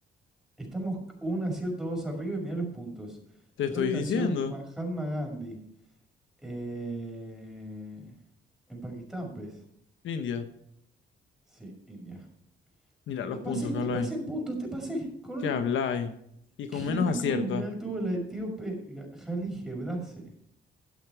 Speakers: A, in the centre; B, on the left.
A: Estamos un acierto dos arriba y mirá los puntos.
B: Te
A: ¿Dónde
B: estoy
A: nació
B: diciendo.
A: Mahatma Gandhi? Eh, en Pakistán, pues.
B: India,
A: Sí, India.
B: mira los
A: Te pasé,
B: puntos
A: te
B: que habláis,
A: pasé en puntos, te pasé. Con un...
B: que habláis,
A: <laughs>
B: y con
A: ¿Qué
B: menos
A: récord
B: acierto.
A: mundial tuvo la etíope Ga- Hailey Gebrase?